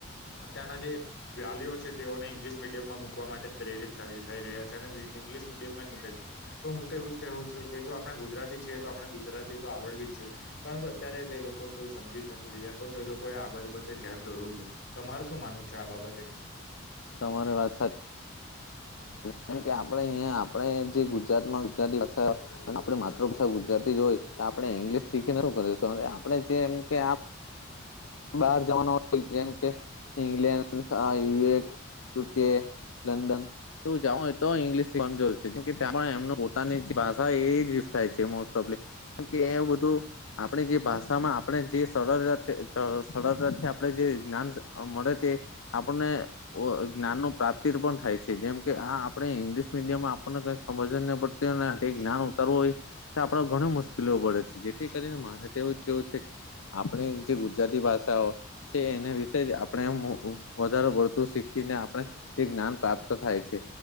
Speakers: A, on the left (about 55°); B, on the left (about 80°).
A: અત્યારના જે વલીઓ છે તેઓને ઇંગ્લિશ મીડિયમમાં મુૂક માટે જ પ્રેરિત થ થઈ રહ્યા છે અને ઇંગ્લિશ મીડિયમમાં જ મૂકે છે તો હું તો એવું જ કહવું છું કે જો આપણે ગુજરાતી છીએ તો આપણે ગુજરાતી તો આવડવી જ જોઈએ પરંતુ અત્યારે તે લોકો કોઈ સમજી જ નથી રહ્યા તો તો એ લોકોએ આ બાબતે ધ્યાન ધરવું છે તમાર શું માનવું છે આ બાબતે?
B: તમારી વાત સાચી! કારમ કે આપડણે અહીંયા આપણે જે ગુજરાતમાં ગુજરાતી ભાષા આપણી માતૃભાષા ગુજરાતી જ હોય તો આપણે ઈંગ્લિશ શીખીને શ કરીશું આપણે જેમ કે બહાર જવાના હોય જેમ કે ઇંગ્લેન્ડ, યુએ, યુકે લંડન એું જા તો ઇંગ્લિશ કજર છે જેમ એમ પોતાની ભાષા એ થાય છેસ્ટ ઓફલી કેમ કે એવ બધું આપણી જે ભાષામાં આપણે જે સરળતે સરળતાથી આપણે જે જ્ઞાન મળે તે આપણને જ્ઞાન ન પ્રાપ્તિ પણ થાય છે જેમ કે આ આપણે ઇંગ્લિશ મીડિયમમા ને કઈ સમજ જ ન પડતી જ્ઞાન ઉતારવું હોય આપડો ઘણ મુશ્કેલી પડે છે જેથી કરીને મારે તો એવું જ કેવું છે આપણે જે ગુજરાતી ભાષાઓ છે એને વિશે જ આપણે વધારે પળતું શીખીને આપણે જે જ્ઞાન પ્રાપ્ત થાય છે.